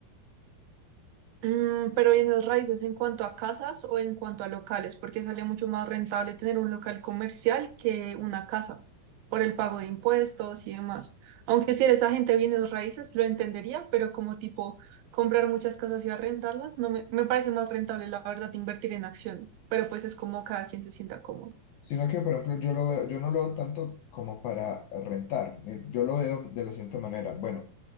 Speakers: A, on the right; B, on the left.
A: Mm, pero bienes raíces en cuanto a casas o en cuanto a locales, porque sale mucho más rentable tener un local comercial que una casa, por el pago de impuestos y demás. Aunque si eres agente de bienes raíces, lo entendería, pero como tipo comprar muchas casas y arrendarlas, no me, me parece más rentable, la verdad, invertir en acciones. Pero pues es como cada quien se sienta cómodo.
B: Sino que, por ejemplo, yo lo veo- yo no lo veo tanto como para rentar. Eh, Yo lo veo de la siguiente manera. Bueno,